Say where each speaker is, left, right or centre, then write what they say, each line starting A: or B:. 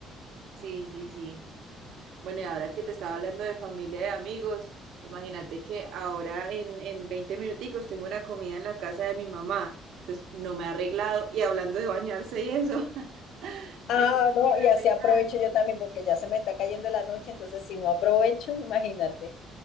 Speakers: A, on the right; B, on the left.
A: Sí, sí, sí. Bueno, y ahora que te estaba hablando de familia y de amigos, imagínate que ahora en, en 20 minuticos tengo una comida en la casa de mi mamá. Entonces no me ha arreglado y hablando de bañarse y eso, <laughs>
B: Ah,
A: tengo
B: no,
A: que ir
B: y
A: a
B: así aprovecho
A: arreglarme.
B: yo también porque ya se me está cayendo la noche, entonces si no aprovecho, imagínate,